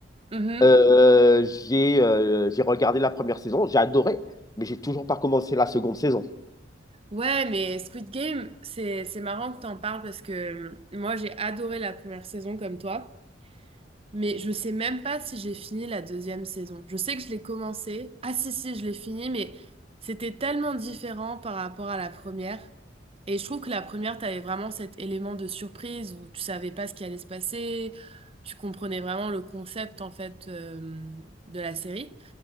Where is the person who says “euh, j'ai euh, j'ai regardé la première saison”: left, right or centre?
Left